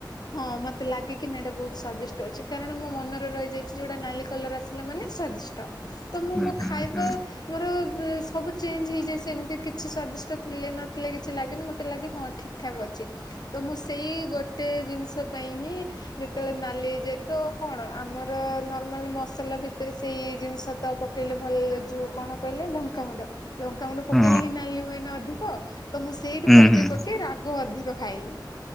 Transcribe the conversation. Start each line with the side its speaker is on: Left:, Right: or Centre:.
Left: -ହଁ -ମତ। ତେ ଲାଗେକି ନାଁ ଏଟା ବହୁତ ସ୍ଵାଦିଷ୍ଟ ଅଛି କାରଣ ମୋ ମନରେ ରହିଯାଇଛି ଯୋଉଟା ନାଲି କଲର ଆସିଲା ମାନେ ସ୍ଵାଦିଷ୍ଟ। ତ ମୁଁ ମୁଁ
Centre: ହୁଁ
Left: ମୋ
Centre: ହୁଁ
Left: ଖାଇବା
Centre: ହୁଁ
Left: ମୋର। ସବୁ ଚେଞ୍ଜ ହେଇଯାଏ ସେମିତି କିଛି ସ୍ଵାଦିଷ୍ଟ ଥିଲେ ନଥିଲେ କିଛି ଲାଗେନି ମୋତେ ଲାଗେ ହଁ ଠିକ୍ ଠାକ୍ ଅଛି। ତ ମୁଁ ସେଇ ଗୋଟେ ଜିନିଷ ପାଇଁ ହିଁ ଯେତେବେଳେ ନାଲି ହେଇ ଯାଏ ତ କଣ। ଆମର ନର୍ମାଲି ମସଲା ଭିତରେ ସେଇ ଜିନିଷ। ତ ପକେଇଲେ ଭଲ ଲେ ଯୋଉ କଣ କହିଲେ ଲଙ୍କା ଗୁଣ୍ଡ ଲଙ୍କା ଗୁଣ୍ଡ ପକେଇଲେ
Centre: ହୁଁ
Left: ହିଁ ନାଲି ହୁଏ। ମେନ ଅଧିକ ତ ମୁଁ ସେଇଠୁ
Centre: ହୁଁ
Left: ପକେଇ
Centre: ହୁଁ
Left: ପକେଇ ରାଗ ଅଧିକ ଖାଇଲି।